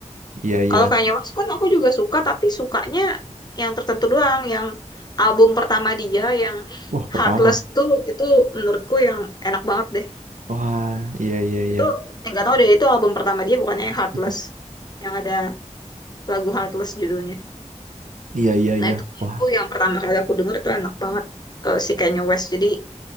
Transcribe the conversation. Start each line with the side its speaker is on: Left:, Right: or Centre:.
Right: iya iya
Left: Kalau Kanye West kan aku juga suka, tapi sukanya yang tertentu doang. Yang album pertama dia, yang
Right: wah pertama
Left: Heartless tuh, itu menurutku yang enak banget deh.
Right: wah iya iya iya
Left: Itu eh, nggak tahu deh, itu album pertama dia bukannya yang Heartless.
Right: <laughs>
Left: Yang ada lagu Heartless judulnya.
Right: iya iya
Left: Nah
Right: iya
Left: itu
Right: wah
Left: aku yang pertama kali aku denger itu enak banget eh, si Kanye West. Jadi